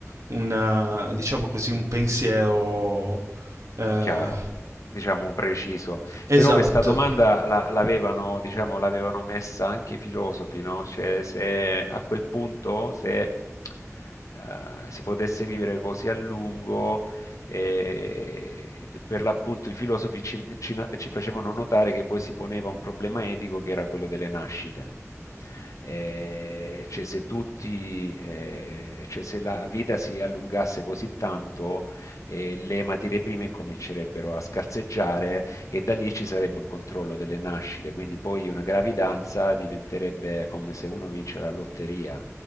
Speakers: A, on the right (about 75°); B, on the left (about 75°).
A: una diciamo così, un pensiero eh,
B: Chiaro, diciamo preciso.
A: esatto,
B: Però questa domanda la l'avevano diciamo, l'avevano messa anche i filosofi, no, cioè se a quel punto se, ehm, si potesse vivere così a lungo, eh, per l'appunto i filosofi ci, ci- ci facevano notare che poi si poneva un problema etico che era quello delle nascite. Eh, cioè, se tutti, eh, cioè, se la vita si allungasse così tanto, eh, le materie prime incomincerebbero a scarseggiare e da lì ci sarebbe un controllo delle nascite, quindi poi una gravidanza diventerebbe come se uno vince la lotteria.